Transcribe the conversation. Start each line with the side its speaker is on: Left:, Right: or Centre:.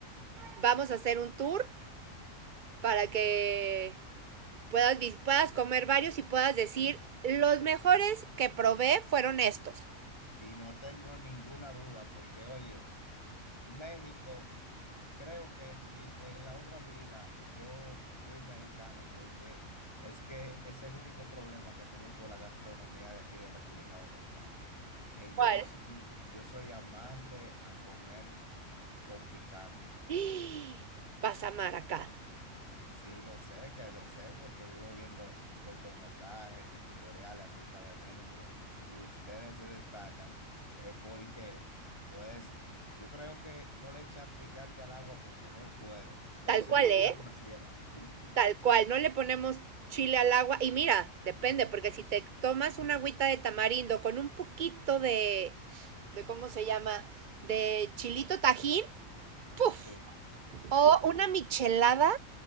Right: vamos a hacer un tour para que puedas, puedas comer varios y puedas decir, los mejores que probé fueron estos.
Left: Y no tengo ninguna duda porque, oye, México, creo que en mi- en la otra vida yo fui mexicano porque es que es el único problema que tengo con la gastronomía de aquí de República Dominicana, que yo
Right: ¿Cuál?
Left: soy, yo soy amante a comer con picante.
Right: <gasps> Vas a amar acá.
Left: Sí, lo sé, que lo sé, porque vivo viendo cortometrajes y tutoriales acerca de México y ustedes se destacan eh, porque, puedes. yo creo que no le echan picante al agua porque no pueden, pero
Right: Tal
Left: si
Right: cual,
Left: pudieran
Right: ¿eh?
Left: lo hicieran. <laughs>
Right: Tal cual, no le ponemos chile al agua. Y mira, depende, porque si te tomas una agüita de tamarindo con un poquito de, de ¿cómo se llama? De chilito tajín, ¡puf!
Left: Sí.
Right: O una michelada